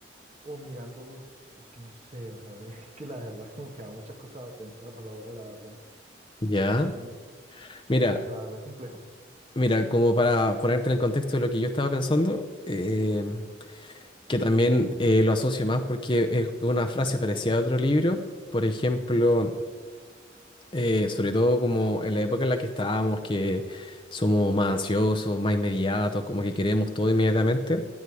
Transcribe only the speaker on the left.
Ya.
Mira,
mira, como para ponerte en el contexto de lo que yo estaba pensando, eh, que también eh, lo asocio más porque es una frase parecida a otro libro. Por ejemplo... Eh, sobre todo como en la época en la que estábamos, que somos más ansiosos, más inmediatos, como que queremos todo inmediatamente,